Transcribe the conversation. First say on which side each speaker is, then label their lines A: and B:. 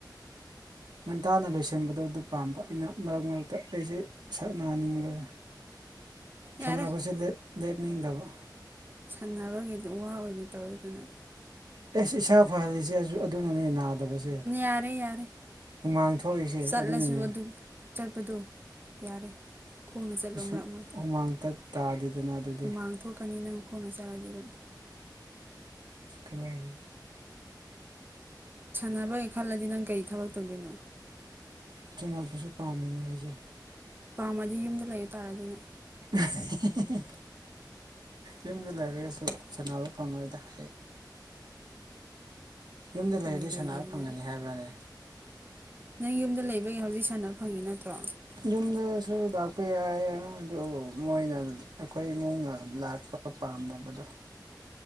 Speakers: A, on the right; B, on the right.
A: ꯉꯟꯇꯥꯅ ꯂꯣꯏꯁꯤꯟꯕꯗꯣ ꯑꯗꯨ ꯄꯥꯝꯕ ꯑꯩꯅ ꯃꯔꯛ ꯃꯔꯛꯇ ꯑꯩꯁꯦ ꯁꯛꯅꯅꯤꯡꯕ ꯁꯥꯟꯅꯕꯁꯦ
B: ꯌꯥꯔꯦ
A: ꯂꯦꯞ ꯂꯦꯞꯅꯤꯡꯗꯕ
B: ꯁꯥꯟꯔꯉꯩꯗ ꯋꯥ ꯑꯣꯏꯅ ꯇꯧꯔꯗꯅ
A: ꯑꯦ ꯏꯁ ꯏꯁꯥ ꯐꯍꯜꯂꯤꯁꯦꯁꯨ ꯑꯗꯨꯅꯅꯦ ꯅꯥꯜꯦ ꯌꯥꯗꯕꯁꯦ
B: ꯌꯥꯔꯦ ꯌꯥꯔꯦ
A: ꯍꯨꯃꯥꯡ ꯊꯣꯛꯂꯛꯏꯁꯦ
B: ꯆꯠꯂꯁꯨ
A: ꯑꯗꯨꯅꯅꯦ
B: ꯑꯗꯨ ꯆꯠꯄꯗꯣ ꯌꯥꯔꯦ ꯈꯣꯡꯅ ꯆꯠꯂꯣ
A: ꯁꯨꯝ
B: ꯃꯔꯛ ꯃꯔꯛꯇ
A: ꯍꯨꯃꯥꯡ ꯇꯥꯗꯦꯗꯅ ꯑꯗꯨꯗꯤ
B: ꯍꯨꯃꯥꯡ ꯊꯣꯛꯀꯅꯤ ꯅꯪ ꯈꯣꯡꯅ ꯆꯠꯂꯗꯤ ꯑꯗꯨꯝ
A: ꯑꯟꯏꯟꯇꯦꯜꯂꯤꯖꯦꯕꯜ
B: ꯁꯥꯟꯅꯕꯒꯦ ꯈꯜꯂꯗꯤ ꯅꯪ ꯀꯩ ꯊꯕꯛ ꯇꯧꯗꯣꯏꯅꯣ
A: ꯁꯅꯕꯁꯨ ꯄꯥꯝꯃꯤꯅꯦ ꯑꯩꯁꯦ
B: ꯄꯥꯝꯃꯗꯤ ꯌꯨꯝꯗ ꯂꯩꯕ ꯇꯥꯔꯦ ꯑꯗꯨꯅ
A: ꯑꯍꯦꯍꯦꯍꯦ ꯌꯨꯝꯗ ꯂꯩꯔꯒꯁꯨ ꯁꯥꯟꯅꯕ ꯐꯪꯉꯣꯏꯗ ꯍ ꯌꯨꯝꯗ ꯂꯩꯔꯗꯤ
B: ꯑꯣꯏꯔꯣꯏꯗꯕꯗ
A: ꯁꯥꯟꯅꯕ ꯐꯪꯒꯅꯤ ꯍꯥꯏꯕ꯭ꯔꯥꯅꯦ
B: ꯅꯪ ꯌꯨꯝꯗ ꯂꯩꯕꯒꯤ ꯍꯧꯖꯤꯛ ꯁꯥꯟꯅꯕ ꯐꯪꯉꯤ ꯅꯠꯇ꯭ꯔꯣ
A: ꯌꯨꯝꯗꯁꯨ ꯂꯥꯛꯄ ꯌꯥꯏ ꯑꯗꯨ ꯃꯣꯏꯅ ꯑꯩꯈꯣꯏ ꯏꯃꯨꯡꯅ ꯂꯥꯛꯄ ꯄꯥꯝꯗꯕꯗꯣ